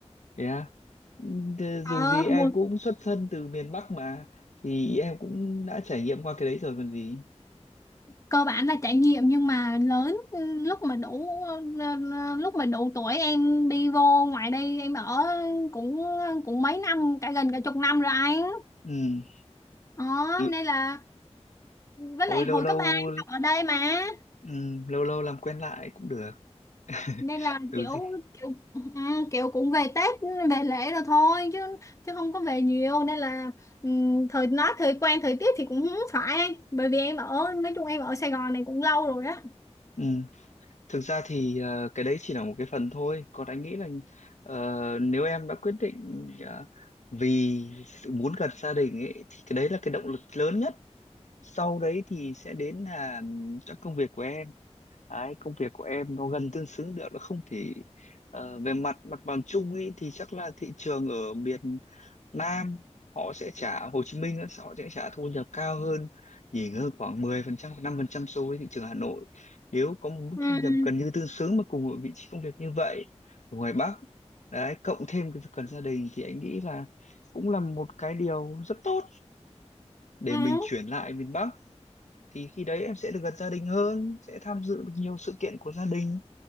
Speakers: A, on the left; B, on the left.
A: thế à? Ừ,
B: ờ
A: dù gì em
B: mùa
A: cũng xuất thân từ miền Bắc mà thì em cũng đã trải nghiệm qua cái đấy rồi còn gì
B: cơ bản là trải nghiệm nhưng mà lớn ừ, lúc mà đủ ừ, lúc mà đủ tuổi em đi vô ngoài đây em ở cũng cũng mấy năm cả gần cả chục năm rồi anh
A: ừ.
B: đó
A: l-
B: nên là với
A: thôi
B: lại
A: lâu
B: hồi
A: lâu
B: cấp ba em học ở đây mà
A: ừ, lâu lâu làm quen lại cũng được <laughs>
B: nên là
A: dù
B: kiểu
A: gì
B: kiểu à, kiểu cũng về Tết về lễ rồi thôi chứ chứ không có về nhiều nên là ừm, thời nói thời quen thời tiết thì cũng không phải bởi vì em ở nói chung em ở Sài Gòn này cũng lâu rồi á
A: ừ. Thực ra thì ờ, cái đấy chỉ là một cái phần thôi. Còn anh nghĩ là ờ, nếu em đã quyết định ờ, vì sự muốn gần gia đình ấy, thì cái đấy là cái động lực lớn nhất. Sau đấy thì sẽ đến là ừm, các công việc của em. Đấy, công việc của em nó gần tương xứng được nó không thể ờ, về mặt mặt bằng chung ấy thì chắc là thị trường ở miền Nam họ sẽ trả Hồ Chí Minh á, họ sẽ trả thu nhập cao hơn nhỉnh hơn khoảng 10% hoặc 5% so với thị trường Hà Nội nếu có một mức
B: ừ
A: thu nhập gần như tương xứng mà cùng một vị trí công việc như vậy ở ngoài Bắc đấy cộng thêm cái việc cần gia đình thì anh nghĩ là cũng là một cái điều rất tốt để
B: ừ
A: mình chuyển lại miền Bắc thì khi đấy em sẽ được gần gia đình hơn sẽ tham dự được nhiều sự kiện của gia đình